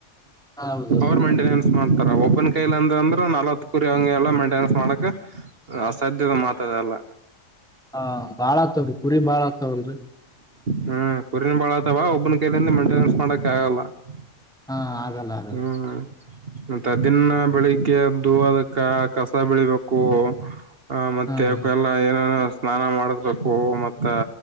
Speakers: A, in the centre; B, on the right.
A: ಹೌದೌದು
B: ಅವರ್ ಮೈಂಟೆನೆನ್ಸ್ ಮಾಡ್ತಾರೆ ಒಬ್ಬನ್ ಕೈಲಿ ಅಂದ್ರಂದ್ರೆ ನಲ್ವತ್ ಕುರಿ ಹಂಗೆಲ್ಲ ಮಂಟೆನೆನ್ಸ್ ಮಾಡಕ್ ಅಸಾಧ್ಯವ ಮಾತದೆಲ್ಲ
A: ಹ ಬಾಳ ಆತ್ವ್ರಿ ಕುರಿ ಭಾಳತ್ತವಲ್ರರಿ
B: ಹ್ಮ್ ಕುರಿನ್ ಬಾಳತವಾ ಒಬ್ಬನ ಕೈಲಿಂದ ಮೇಂಟೆನೆನ್ಸ್ ಮಾಡಕ್ ಆಗಲ್ಲ ಹ್ಮ
A: ಹಾ ಆಗಲ್ಲ ಆಗಲ್ಲ
B: ಮತ್ತೆ ದಿನ ಬೆಳಿಗ್ಗೆ ಎದ್ದು ಅದಕ್ಕ ಕಸ ಬೆಳಿಬೇಕು ಆ ಮತ್ತೆ
A: ಹಾ
B: ಎಲ್ಲ ಏನೇನು ಸ್ನಾನ ಮಾಡಿಸ್ಬೇಕು ಮತ್ತ